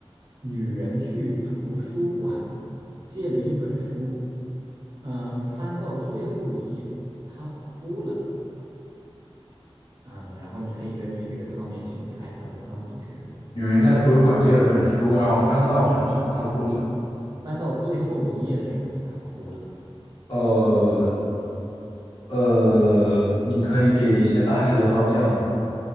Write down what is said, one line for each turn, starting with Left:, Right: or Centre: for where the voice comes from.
Right: 女人去图书馆借了一本书，嗯、翻到最后一页，她哭了，嗯、然后你可以根据这个汤面去猜它的汤底是什么。
Left: 女人在图书馆借了本书，然后翻到什么？她哭了。
Right: 翻到最后一页的时候，她哭了
Left: 呃呃，你可以给一些大致的方向吗？